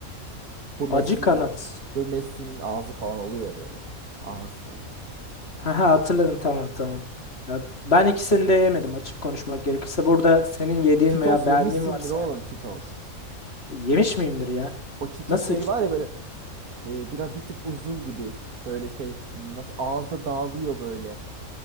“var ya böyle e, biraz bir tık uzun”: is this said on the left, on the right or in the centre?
Right